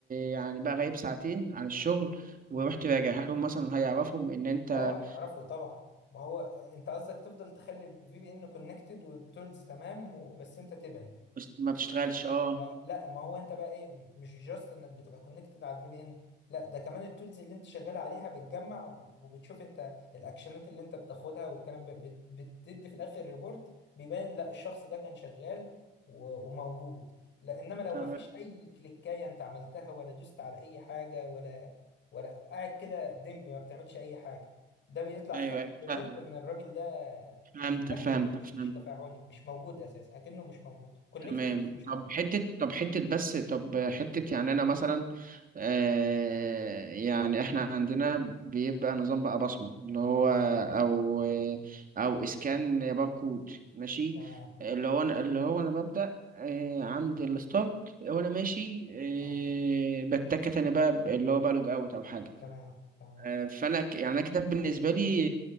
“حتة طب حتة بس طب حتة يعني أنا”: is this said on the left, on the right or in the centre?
Right